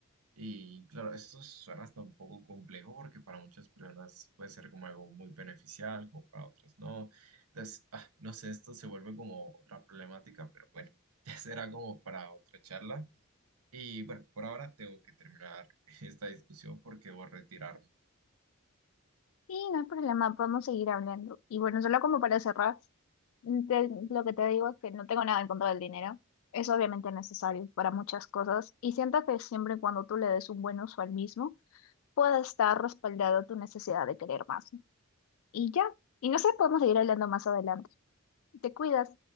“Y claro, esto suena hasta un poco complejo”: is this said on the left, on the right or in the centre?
Right